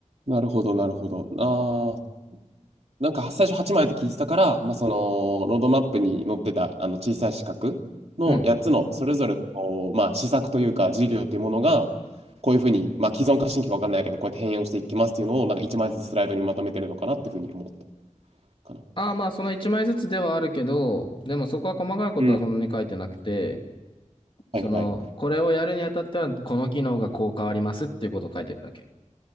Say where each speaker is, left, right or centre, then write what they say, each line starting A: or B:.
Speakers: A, on the right; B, on the left.
A: なるほど、なるほど。ああ、なんかは最初8枚って聞いてたから、まあ、その、ロードマップに載ってた、あの、小さい四角の8つの、
B: うん。
A: それぞれの、こうまあ、施策というか、事業というものが、こういうふうに、まあ、既存か新規か分かんないけど、こうやって変容していきますっていうのを、なんか1枚ずつスライドにまとめてるのかなっていうふうに思ったかな。
B: ああ、まあ、その1枚ずつではあるけど、でもそこは細かいことはそんなに書いてなくて、
A: うん
B: その、
A: はいはい。
B: これをやるにあたっては、この機能がこう変わりますっていうことを書いてるだけ。